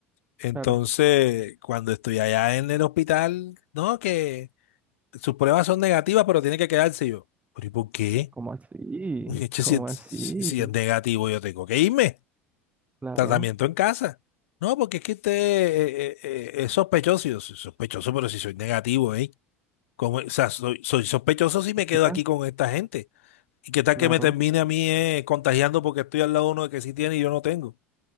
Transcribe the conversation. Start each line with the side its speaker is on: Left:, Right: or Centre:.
Left: Entonces,
Right: claro.
Left: cuando estoy allá en el hospital, no, que sus pruebas son negativas, pero tiene que quedarse Y yo. ¿Pero y por qué?
Right: ¿Cómo así?
Left: <laughs> che, Si,
Right: ¿Cómo así?
Left: si si es negativo, yo tengo que irme.
Right: Claro.
Left: Tratamiento en casa. No, porque es que usted eh, eh, eh, es sospechoso. Y yo, "Soy sospechoso, pero si soy negativo, ¿eh? Como, o sea, soy, soy sospechoso si
Right: Qué
Left: me quedo
Right: risa.
Left: aquí con esta gente. ¿Y qué tal
Right: Claro.
Left: que me termine a mí eh, contagiando porque estoy al lado de uno que sí tiene y yo no tengo?